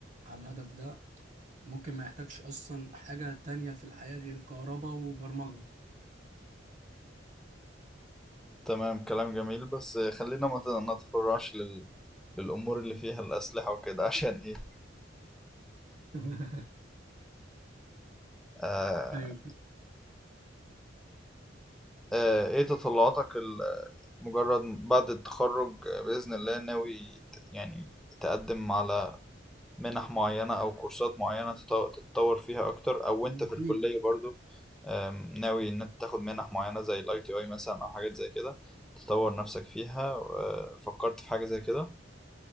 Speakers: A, on the right; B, in the centre.
A: على الهدف ده ممكن ما يحتاجش اصلا حاجه تانية في الحياه غير كهرباء وبرمجه
B: تمام كلام جميل بس خلينا ما نتفرعش لل للأمور اللي فيها الأسلحة وكده <laughs> عشان إيه
A: <laughs>
B: آه
A: ايوه
B: آه، ايه تطلعاتك ال- مجرد بعد التخرج آه، بإذن الله ناوي ت- يعني تقدم على منح معينة أو كورسات معينة تط- تتطور فيها أكتر أو
A: اكيد
B: أنت في الكلية برضو آم، ناوي إن أنت تاخد منح معينة زي ال ITI مثلا أو حاجات زي كده تطور نفسك فيها آه، فكرت في حاجة زي كده